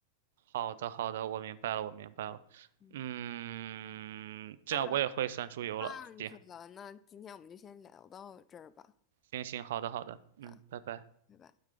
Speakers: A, on the right; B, on the left.
A: 好的，好的，我明白了，我明白了。
B: 嗯，
A: 嗯，
B: 那我要吃
A: 这样我也会算出油了。
B: 饭去了，
A: 行，
B: 那今天我们就先聊到这儿吧，
A: 行行，好的，好的，嗯，
B: 的，
A: 拜拜。
B: 拜拜。